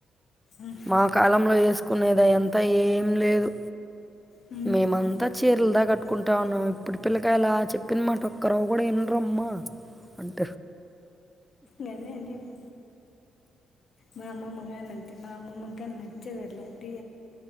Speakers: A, on the left; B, in the centre.
A: ఆ,
B: మా కాలంలో ఏ కునేది అది అంత ఏం లేదు
A: ఉమ్.
B: మేమంతా చీరలు దా కట్టు కుంటాను ఇప్పుడు పిల్లకాయలా చెప్పిన మాట ఒక్క రవ్వ కూడా ఇన్రమ్మా అంట
A: గదే అనేది మా అమ్మమ్మ గాని అంతే మా అమ్మమ్మకి గాని నచ్చదు టీ